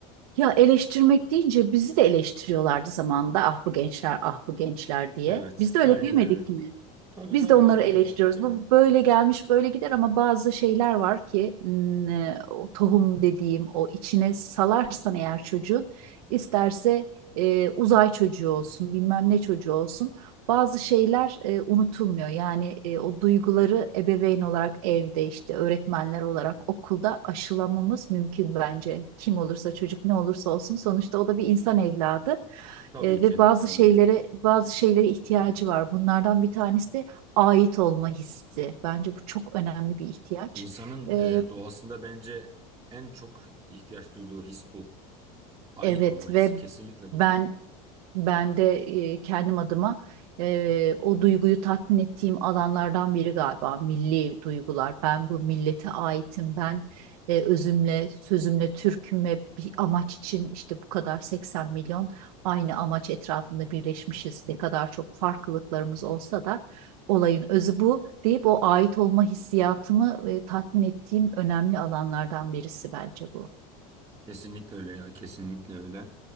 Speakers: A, on the right; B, on the right.
A: Ya eleştirmek deyince bizi de eleştiriyorlardı zamanında. Ah bu gençler, ah bu gençler diye.
B: Evet,
A: Biz de öyle
B: aynen
A: büyümedik
B: öyle.
A: mi?
B: Tabii
A: Biz
B: tabii
A: de onları
B: biz de
A: eleştiriyoruz.
B: öyle büyüdük ya.
A: Bu böyle gelmiş, böyle gider ama bazı şeyler var ki hmm, e, o tohum dediğim o içine salarsan eğer çocuğun isterse e, uzay çocuğu olsun, bilmem ne çocuğu olsun. Bazı şeyler e, unutulmuyor. Yani e, o duyguları ebeveyn olarak evde işte öğretmenler olarak okulda aşılamamız mümkün bence. Kim olursa çocuk ne olursa olsun sonuçta o da bir insan evladı.
B: Tabii
A: E,
B: ki,
A: ve bazı
B: tabii
A: şeylere
B: ki.
A: bazı şeylere ihtiyacı var. Bunlardan bir tanesi de ait olma hissi. Bence bu çok önemli bir ihtiyaç.
B: İnsanın
A: Ee,
B: e, doğasında bence en çok ihtiyaç duyduğu his bu. Ait
A: evet
B: olma
A: ve
B: hissi kesinlikle budur.
A: ben Ben de e, kendim adıma e, o duyguyu tatmin ettiğim alanlardan biri galiba milli duygular. Ben bu millete aitim. Ben e, özümle, sözümle Türk'üm ve bir amaç için işte bu kadar 80 milyon aynı amaç etrafında birleşmişiz. Ne kadar çok farklılıklarımız olsa da olayın özü bu deyip o ait olma hissiyatımı e, tatmin ettiğim önemli alanlardan birisi bence bu.
B: Kesinlikle öyle ya, kesinlikle öyle.